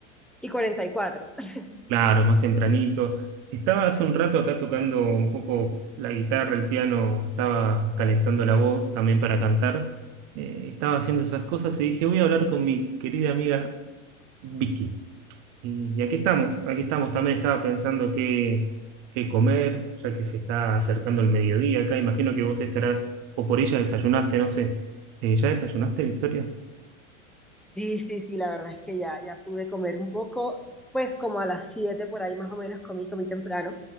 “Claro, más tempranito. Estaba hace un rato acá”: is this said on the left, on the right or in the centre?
Right